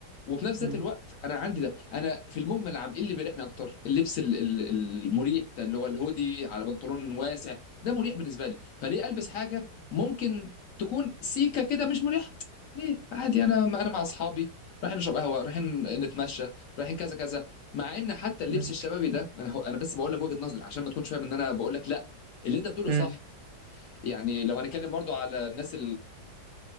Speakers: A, on the left; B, on the right.
A: وفي نفس ذات
B: مم.
A: الوقت انا عندي ده انا في المجمل عام ايه اللي بيريحني اكتر اللبس ال- ال- المريح ده اللي هو الهودي على بنطلون واسع ده مريح بالنسبه لي فليه البس حاجه ممكن تكون سيكه كده مش مريحه ليه عادي انا انا مع اصحابي رايحين نشرب قهوه رايحين نتمشى رايحين كذا كذا مع ان حتى اللبس
B: مم.
A: الشبابي ده انا هو- انا بس بقول لك وجهه نظري عشان ما تكونش فاهم ان انا بقول لك لا اللي انت بتقوله
B: مم.
A: صح يعني لو هنتكلم برضو على الناس